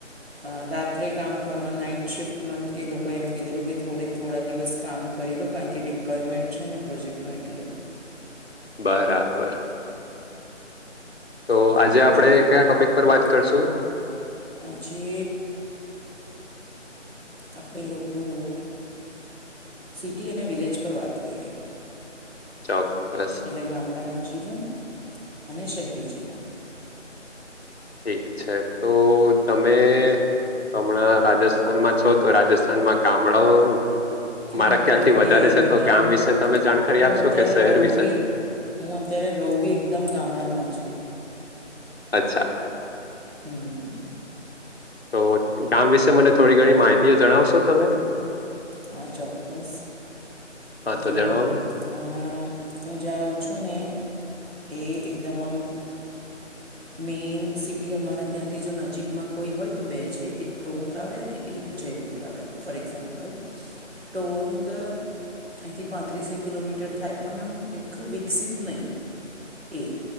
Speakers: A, on the right; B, on the left.
A: અ રાત્રે કામ કરવા નાઈટ શિફ્ટમાં એ લોકોએ એમ કીધેલું કે થોડી થોડા દિવસ કામ કરીલો કારણ કે ડિપ્લોયમેન્ટ છે ને પ્રોજેક્ટનું એટલે
B: બરાબર! તો
A: એટલે
B: આજે
A: મજબૂરીમાં
B: આપડણે કયા ટોપિક
A: ને એમાં.
B: પર વાત કરશું?
A: આજે આપણે લોકો સિટી અને વિલેજ પર વાત કરીએ.
B: ચોક્કસ!
A: એટલે ગામડાનું જીવન અને શહેરી જીવન
B: ઠીક છે. તો તમે હમણાં રાજસ્થાનમાં છો તો રાજસ્થાન અને ગામડાઓ
A: હું
B: મારા
A: અત્યારે
B: ખ્યાલ થી વધારે
A: એકદમ
B: છે. તો ગામ વિશે તમે જાણકારી
A: હું
B: આપશો
A: અત્યારે
B: કે શહેર
A: રહું
B: વિશે?
A: બી હું અત્યારે રવું બી એકદમ ગામડામાં છું.
B: અચ્છા!
A: હમ
B: તો ગામ વિશે મને થોડી ઘણી માહિતીઓ જણાવશો તમે?
A: હા ચોક્કસ
B: હા
A: જોવ
B: તો જણાવો ને
A: આમાં હું જ્યાં રહઉ છું ને એ એકદમ આમ મેઈન સિટી અમારા ત્યાંથી જો નજીકમાં કોઈ હોય તો બે છે એક ટોંક આવે ને એક જયપુર આવે ફોર એક્ઝામ્પલ ટોંક અહીંથી પાંત્રીસે કિલોમીટર થાય, પણ આમ એટલું વિકસિત નહીં. એ